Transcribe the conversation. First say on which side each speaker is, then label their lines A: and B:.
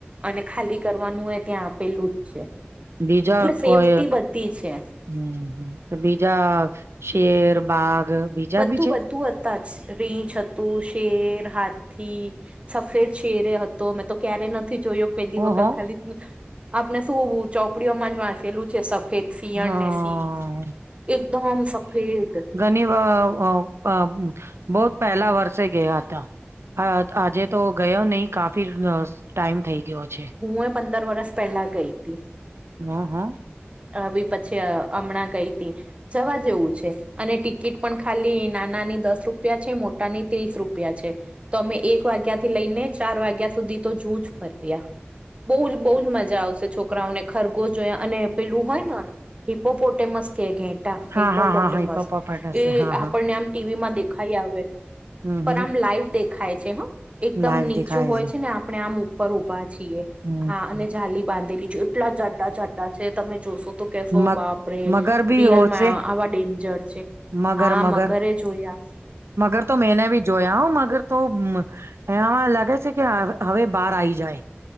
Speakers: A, on the right; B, on the right.
A: અને ખાલી કરવાનું એ ત્યાં આપેલું જ છે
B: બીજા
A: એટલે સેફ્ટી
B: કોઈ
A: બધી છે.
B: હમ તો બીજા શેર બાઘ બીજા
A: બધું
B: બી છે
A: બધું હતા જ રીંછ હતું શેર, હાથી સફેદ શેરે હતો, મેં તો ક્યારે નથી જોયો. પેલી વખત
B: ઓહો
A: ખાલી આપને શું ચોપડીઓમાં જ વાંચેલું છે સફેદ સિંહણ
B: હા
A: ને સિંહ એકદમ સફેદ
B: ઘની વા અ અ બહત પેલા વરસેે ગયા હતા. હ આજે તો ગયો નઈ કાફી અ સ ટાઈમ થઈ ગયો છે.
A: ઉં એ પંદર વરસ પેલાં ગઈ તી.
B: હમ હમ્મ.
A: આવી પછી અ અમણાં ગઈ તી, જવા જેવું છે. અને ટિકિટ પણ ખાલી નાનાની દસ રૂપિયા છે મોટાની ત્રીસ રૂપિયા છે. તો અમે એક વાગ્યા થી લઈને ચાર વાગ્યા સુધી તો ઝુ જ ફર્યા. બઉ જ બઉ જ મજા આવશે છોકરાઓને ખરગોશ જોયા અને પેલું હોય ને હિપોપોટેમસ્ કે કે ટા
B: હા
A: હિપોપોટેમસ
B: હા હા હા પપ્પાપાટશે
A: એ
B: હા
A: આપણને
B: હા
A: આમ ટી વી માં દેખાઈ આવે.
B: હમ
A: પર
B: હમ
A: આમ લાઈવ દેખાય છે હં એકદમ
B: લાઈવ
A: નીચું
B: દેખાય
A: હોય છે ને આપણે આમ ઉપ પર ઉભા છીએ
B: હમ
A: હા અને જાલી બાંધેલી છે એટલા જાડા જાડા છે તમે જોશો તો કેશો
B: મગ
A: બાપરેે
B: મગર બી
A: રિયલમાં
B: હોશે
A: આવા ડેન્જર છે.
B: મગર
A: હાં,
B: મગર
A: મગરે જોયા.
B: મગર તો મેને બી જોયા હો મગર. તો મ એનામાં લાગે છે કે હ હવે બાર આઈ જાય.